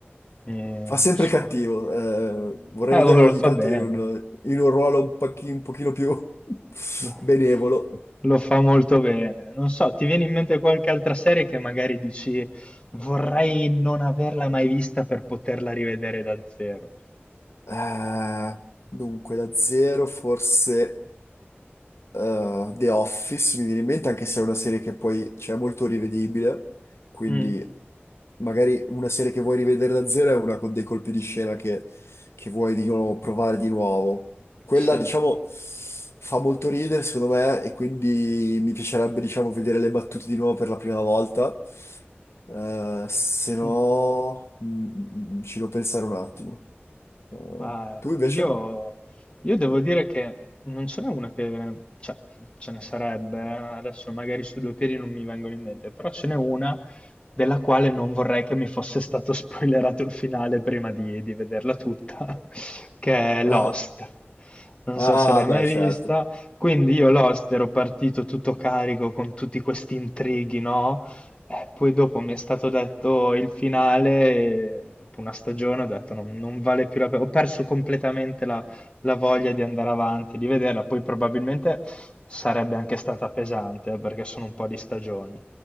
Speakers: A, on the left; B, on the left.
A: Mi
B: Fa sempre
A: suona.
B: cattivo, eh, vorrei
A: Eh,
B: vederlo
A: oh, lo
B: ogni
A: fa
B: tanto
A: bene.
B: in un, in un ruolo un pochi- un pochino più <laughs>
A: Lo
B: benevolo.
A: lo fa molto bene. Non so, ti viene in mente qualche altra serie che magari dici vorrei non averla mai vista per poterla rivedere da zero?
B: Eh, dunque, da zero forse eh, The Office mi viene in mente, anche se è una serie che poi cioè, è molto rivedibile, quindi
A: Mm,
B: magari una serie che vuoi rivedere da zero è una con dei colpi di scena che, che vuoi di nuovo provare di nuovo. Quella,
A: sì.
B: diciamo, fa molto ridere, secondo me, e quindi mi piacerebbe, diciamo, vedere le battute di nuovo per la prima volta. Eh, se no,
A: Mm.
B: mm, mm, mm, ci devo pensare un attimo. Eh,
A: Ma
B: tu invece?
A: io, io devo dire che non ce n'è una che, cioè, ce ne sarebbe, eh, adesso magari su due piedi non mi vengono in mente, però ce n'è una della quale non vorrei che mi fosse stato <laughs> spoilerato il finale prima di, di vederla tutta, <laughs> che è Lost.
B: Ah,
A: Non
B: ah,
A: so se l'hai
B: beh,
A: mai
B: certo.
A: vista. Quindi io Lost ero partito tutto carico con tutti questi intrighi, no? Eh, poi dopo mi è stato detto il finale, e dopo una stagione ho detto non, non vale più la pena, ho perso completamente la, la voglia di andare avanti, di vederla, poi probabilmente sarebbe anche stata pesante eh, perché sono un po' di stagioni,